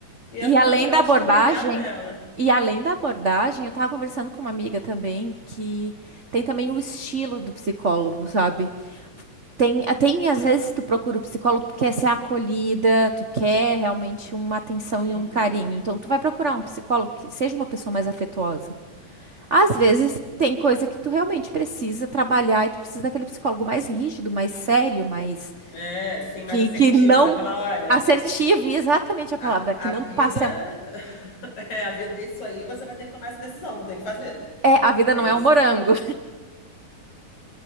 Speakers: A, on the left; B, on the right.
A: E agora
B: e além
A: eu, vou- eu
B: da
A: acho
B: abordagem,
A: que eu vou ligar para ela.
B: e além da abordagem, eu tava conversando com uma amiga também que tem também o estilo do psicólogo, sabe? Tem, tem às
A: Sim.
B: vezes tu procura o psicólogo, tu quer ser acolhida, tu quer realmente uma atenção
A: Uhum.
B: e um carinho. Então tu vai procurar um psicólogo que seja uma pessoa mais afetuosa. Às vezes tem coisa que tu realmente precisa trabalhar e tu precisa daquele psicólogo mais rígido, mais sério, mais
A: É, sim, mais
B: que,
A: assertivo,
B: que não
A: né? Falar, olha,
B: assertivo, e exatamente a
A: a,
B: palavra
A: a
B: que não
A: vida
B: passa.
A: <laughs> é, a vida é isso aí, você vai ter que tomar essa decisão, não tem o que fazer.
B: É, a vida
A: É
B: não
A: isso.
B: é um morango.